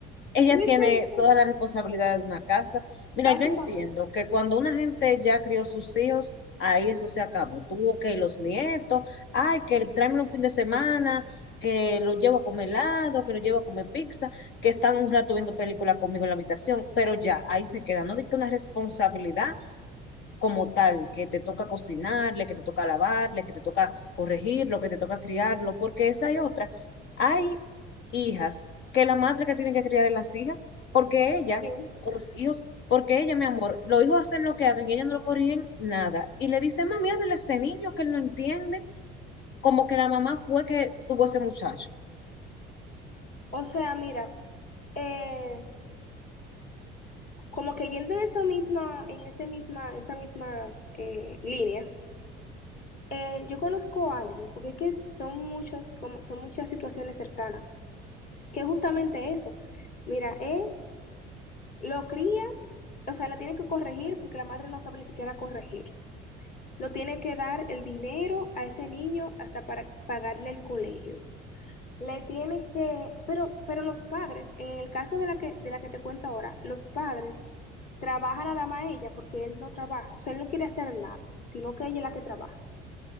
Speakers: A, on the left; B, on the left.
A: Ella
B: Sí, sí,
A: tiene
B: sí,
A: toda la responsabilidad de una casa. Mira,
B: básicamente.
A: yo entiendo que cuando una gente ya crió sus hijos, ahí eso se acabó. Tuvo que los nietos, ay, que tráeme un fin de semana, que lo llevo a comer helado, que lo llevo a comer pizza, que están un rato viendo películas conmigo en la habitación, pero ya ahí se queda. No digo una responsabilidad como tal, que te toca cocinarle, que te toca lavarle, que te toca corregirlo, que te toca criarlo, porque esa y otra. Hay hijas que la madre que tiene que criar es las hijas, porque ella,
B: Sí.
A: o los hijos, porque ella, mi amor, los hijos hacen lo que hagan y ella no lo corrigen nada. Y le dice, mami, háblele a ese niño que él no entiende, como que la mamá fue que tuvo ese muchacho.
B: O sea, mira, eh, como que yendo en esa misma, en ese misma, esa misma eh, línea, eh, yo conozco a alguien, porque es que son muchos, como son muchas situaciones cercanas, que es justamente eso. Mira, él lo cría, o sea, la tiene que corregir porque la madre no sabe ni siquiera corregir. Lo tiene que dar el dinero a ese niño hasta para pagarle el colegio. Le tiene que, pero, pero los padres, en el caso de la que, de la que te cuento ahora, los padres trabajan nada más ella porque él no trabaja, o sea, él no quiere hacer nada, sino que ella es la que trabaja.